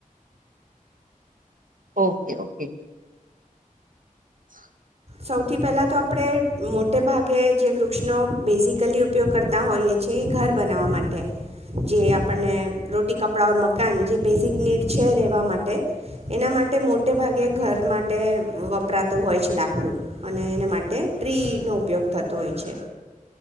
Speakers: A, on the right (about 75°); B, on the right (about 50°).
A: Okay okay. હ <unintelligible>
B: સૌથી પહેલા તો આપણે મોટે ભાગે જે વૃક્ષનો બેઝિકલી ઉપયોગ કરતા હોઈએ છે એ ઘર બનાવવા માટે જે આપણને રોટી કપડાં ઓર મકાન જે બેઝિક નીડ છે રહેવા માટે એના માટે મોટે ભાગે ઘર માટે વપરાતું હોય છે લાગ. આપણું અને એના માટે ટ્રીનો ઉપયોગ થતો હોય છે.